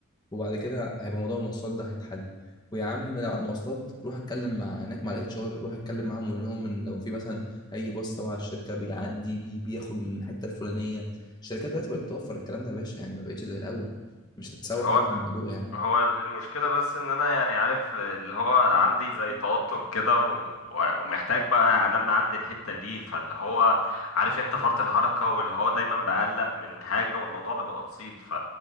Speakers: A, on the left (about 20°); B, on the left (about 75°).
A: وبعد كده هيبقى موضوع المواصلات ده هيتحل ويا عم لو على المواصلات روح اتكلم مع هناك مع الاتش ار روح اتكلم معاهم وقول لهم ان لو في مثلا اي باص تبع الشركه بيعدي بي بياخد من الحته الفلانيه الشركات دلوقتي بقت توفر الكلام ده يا باشا يعني ما بقتش زي الاول مش هتتسوح
B: هو
A: قوي في الموضوع يعني
B: هو المشكلة بس ان انا يعني عارف اللي هو عندي زي توتر كده و- ومحتاج بقى انمي عندي الحتة دي فاللي هو عارف انت فرط الحركة واللي هو دايما بقلق من حاجة والموضوع بيبقى بسيط ف...